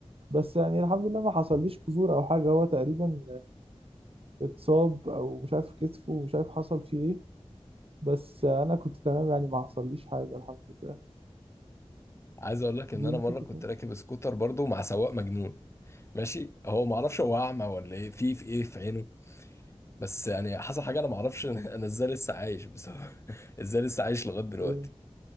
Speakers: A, on the right (about 60°); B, on the left (about 25°).
A: بس يعني الحمد لله ما حصليش كسور او حاجه هو تقريبا اتصاب او مش عارف كتفه ومش عارف حصل فيه ايه بس انا كنت تمام يعني ما حصليش حاجه الحمد لله
B: عايز اقول لك ان
A: دي
B: انا
A: ممكن
B: مرة
A: تكون
B: كنت راكب سكوتر برضو مع سواق مجنون ماشي هو ما اعرفش هو اعمى ولا ايه في في ايه في عينه بس يعني حصل حاجه انا ما اعرفش <laughs> انا ازاي لسه عايش بسبب <laughs> ازاي لسه عايش لغايه دلوقتي
A: ايه